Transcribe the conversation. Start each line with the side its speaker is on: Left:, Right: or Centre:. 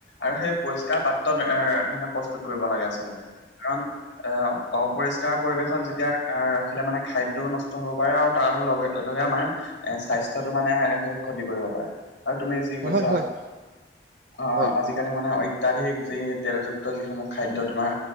Left: আৰু সেই পৰিস্কাৰ পাত্ৰত এ মানে, প্ৰস্তুত কৰিব লাগে আচলতে। কাৰণ অপৰিষ্কাৰ অপৰিষ্কাৰ পৰিৱেশত যেতিয়া আহ ৰাখিলে মানে খাদ্যও নষ্ট হ'ব পাৰে, আৰু তাৰ লগে লগে আমাৰ এ স্বাস্থ্যটো মানে ক্ষতি কৰিব পাৰে। আৰু তুমি যি
Right: হয়
Left: কৈছা,
Right: হয়
Left: অ' আজি
Right: হয়
Left: আজিকালি মানে অত্যাধিক যি, তেলযুক্ত যিসমূহ খাদ্য তোমাৰ